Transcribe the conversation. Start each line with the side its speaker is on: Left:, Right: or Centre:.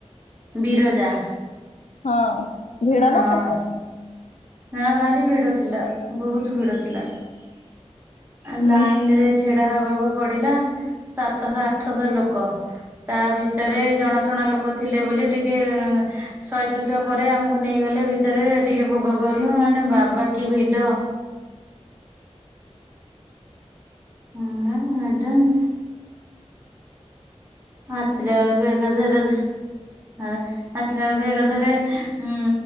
Right: ବିରଜା
Left: ହଁ ଭିଡ଼
Right: ହଁ
Left: ନା ଫାଙ୍କା
Right: ନା ଭାରି ଭିଡ ଥିଲା ବହୁତ ଭିଡ ଥିଲା ଲାଇନ
Left: ହୁଁ
Right: ରେ ଲାଇନ ଛିଡା ହବାକୁ ପଡିଲା ସାତଶହ ଆଠଶହ ଲୋକ ତା ଭିତରେ ଜଣାଶୁଣା ଲୋକ ଥିଲେ ବୋଲି ଟିକେ ଶହେ ଦୁଇଶହ ପରେ ଆମକୁ ନେଇଗଲେ ଭିତରେ ଟିକେ ଭୋଗ କଲୁ ମାନେ ବାବା କି ଭିଡ ଅଏଁ ମ୍ୟାଡମ୍ ଆସିଲା ବେଳକୁ ଏକା ଥରେ ଧ ହେଲା। ଆସିଲା ବେଳକୁ ଏକାଥରେ ଉଁ